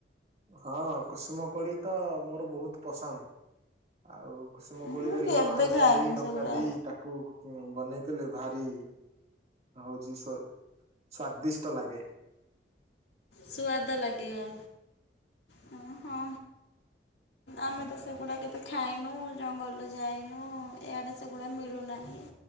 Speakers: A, on the right; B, on the left.
A: ହଁ କୁସୁମ କୋଳି ତ ମୋର ବହୁତ ପସନ୍ଦ। ଆଉ କୁଷୁମ
B: ମୁଁ
A: କୋଳିରେ
B: କେବେ
A: ଲୁଣ ହାଲକା
B: ଖାଇନି
A: ଦେଇ ଲଙ୍କା
B: ସେଗୁଡା।
A: ଦେଇ ତାକୁ ବନେଇଦେଲେ ଭାରି ହଉଛି ସ୍ଵାଦିଷ୍ଟ ଲାଗେ।
B: ସୁଆଦ ଲାଗିବ। ହଁ ହଁ। ଆମେ ତ ସେଗୁଡ଼ା କେବେ ଖାଇନୁ ଜଙ୍ଗଲରେ ଯାଇନୁ ଏଆଡ଼େ ସେଗୁଡ଼ା ମିଳୁନାହିଁ।